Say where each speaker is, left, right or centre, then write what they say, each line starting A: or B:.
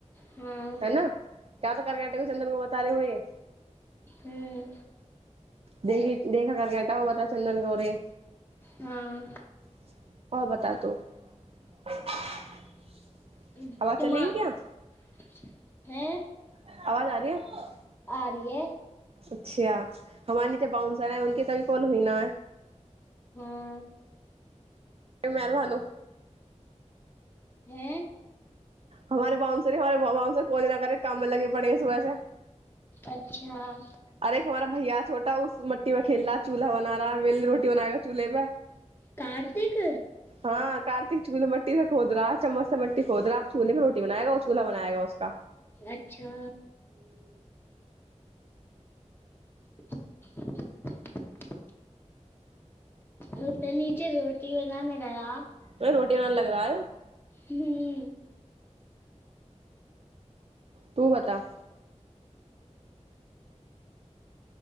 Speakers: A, on the left; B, on the right.
A: हाँ
B: हना क्य तऽ कर कटे भी चन्दन गो बतारे होए
A: हँ।
B: देख देखा कर कटा ओ बता चन्दन गौरे
A: हँ।
B: <unintelligible>
A: <unintelligible>
B: आवाज चलेगी क्या <unintelligible>
A: आ रऐ।
B: अच्छा हमारी जे बाउन्सर है उके तऽभी कन हई नै।
A: हँ।
B: मेहरबान।
A: हँ।
B: हमारे बनस हारे बस कोइ दी न करे काम मे लगी पड़ी ह सुबह से।
A: अच्छा
B: अर एक हमारा भैया छोटाा उस मटी में खेलला चूलहा बना रहा रोटी बनाएगा चूल्हे पे
A: कार्तिक
B: हँ कार एक चुल्े मटी खोद रहह चम्मच से मट खोद रह आ चूल्ह पर रोी बनाएग ओ चलह बनाएा उक।
A: अच्छा। <unintelligible> ओ त नचे रोट नाम रहार
B: नहि रोटी बन लग रहा य।
A: हू।
B: तू बता